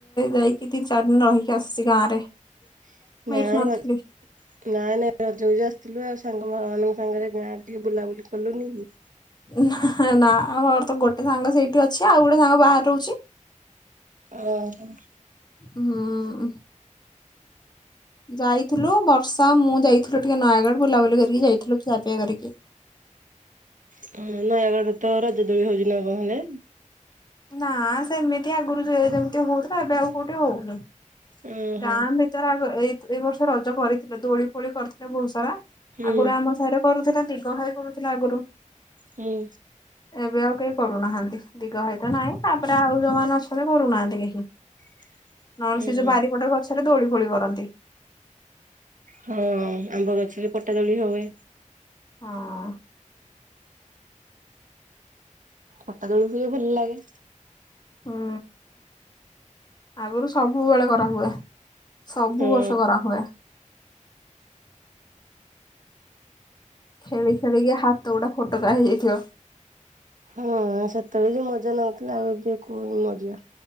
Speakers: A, on the left; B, on the right.
A: ଯାଇକି ତିନି ଚାରି ଦିନ ରହିକି ଆସିଛି ଗାଁ ରେ।
B: <inaudible>
A: ମୁଁ
B: ନାଇଁ
A: ଏଠି ନଥିଲି।
B: ର ନାଇଁ ନାଇଁ ରଜ ହ ଆସିଥିଲୁ ଆଉ ସାଙ୍ଗ ମାନଙ୍କ ସାଙ୍ଗରେ ଗାଁ ଟିକେ ବୁଲାବୁଲି କଲୁନି କି?
A: ନାଁ ନାଁ ଆମର ତ ଗୋଟେ ସାଙ୍ଗ ସେଇଠି ଅଛି ଆଉ ଗୋଟେ ସାଙ୍ଗ ବାହାର ରହୁଛି।
B: ଓ ହୋ
A: ହୁଁ। ଯାଇଥିଲୁ ବର୍ଷା ମୁଁ ଯାଇଥିଲୁ ଟିକେ ନୟାଗଡ଼ ବୁଲାବୁଲି କରିକି ଯାଇଥିଲୁ ଖିଆପିଆ କରିକି। <inaudible>
B: ହଁ ନୟାଗଡରେ ତ ରଜ ଦୋଳି ହଉଛି ନା କଣ ହେଣେ
A: ନା ସେମିତି ଆଗରୁଜ ଯେମିତି ହଉ ତ ଏବେ ଆଉ କୋଉଠି ହଉନି।
B: ଓହୋ।
A: ଗାଁ ଭିତରେ ଆଗ ଏଇ ଏଇ ବର୍ଷ ରଜ କରିଥିଲେ ଦୋଳି ଫୋଳି କରିଥିଲେ ବହୁତ ସାରା
B: ହୁଁ
A: ଆଗରୁ ଆମସାହିରେ କରୁଥିଲା ଦିଘ ଭାଇ କରୁଥିଲା ଆଗରୁ।
B: ହୁଁ।
A: ଏବେ ଆଉ କେହି କରୁନାହାନ୍ତି ଦିଗ ଭାଇ ତ ନାହିଁ ତାପରେ ଆଉ ଯୋଉମାନେ ଅଛନ୍ତି କରୁନାହାନ୍ତି କେହି।
B: <inaudible>
A: ନହେଲେ
B: ହୁଁ
A: ସେ ଯୋଉ ବାରିପଟର ଗଛରେ ଦୋଳି ଫୋଳି କରନ୍ତି।
B: ହଁ ଆମ୍ବ ଗଛରେ ପଟା ଦୋଳି ହୁଏ।
A: ହଁ।
B: ପଟା ଦୋଳି ହୁଏ ଭଲଲାଗେ।
A: ହୁଁ ଆଗରୁ ସବୁବେଳେ କରନ୍ତି <inaudible> ସବୁ
B: ହଁ
A: ବର୍ଷ କରା ହୁଏ। ଖେଳି ଖେଳିିକି ହାତ ଗୋଡ଼ା ଫଟୋକା ହେଇଯାଇଥିବ।
B: ହଁ ସେତେବେଳେ ଯେ ମଜା ନଉଥିଲା ଆଉ ଏବେ କୁହନି ମଜା।